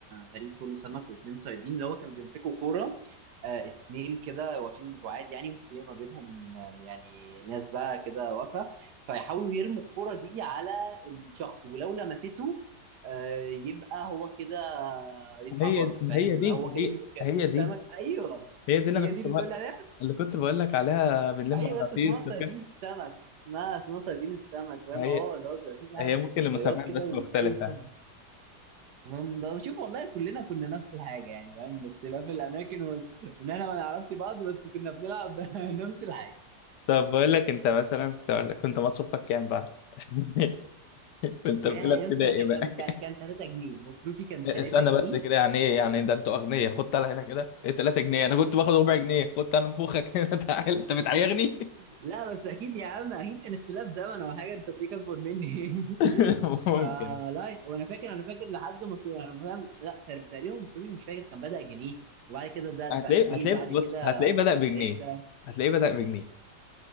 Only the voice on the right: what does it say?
فريق كله سمك واتنين صيادين اللي هو كانوا بيمسكوا كورة آه اتنين كده واقفين بعاد يعني وفي ما بينهم آه يعني ناس بقى كده واقفة فيحاولوا يرموا الكورة دي على الشخص ولو لمسته آه يبقى هو كده يطلع
بره فاهم
يبقى هو كأنه
كأنهم
سمك
أيوه
هي
دي اللي
بتقول عليها
ايوه
بس اسمها صيادين
السمك اسمها اسمها صيادين السمك فاهم
اه اللي هو بيبقى فيه واحد
صياد
كده
ويلاقي
السمك المهم ده شوف والله كلنا كنا نفس الحاجه يعني فاهم بس اختلاف الاماكن وال... وان احنا ما نعرفش بعض بس كنا بنلعب <laughs> نفس الحاجه
يا
يا اسطى ده
كان كان 3 جنيه مصروفي كان
3 جنيه
لا بس اكيد يا عم اكيد كان اختلاف زمن او حاجه انت تلاقيك اكبر مني <laughs>
فلا وانا فاكر انا فاكر لحد مصر مثلا لا تقريبا تقريباً مصري مش فاكر كان بدأ جنيه وبعد كده ده بقى
اتنين
بعد
كده
بقى
تلاتة